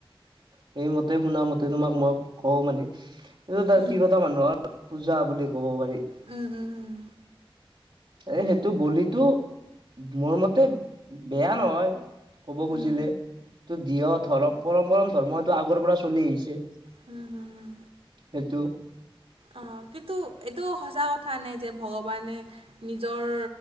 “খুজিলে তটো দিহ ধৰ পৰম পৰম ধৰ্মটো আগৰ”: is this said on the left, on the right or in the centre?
Right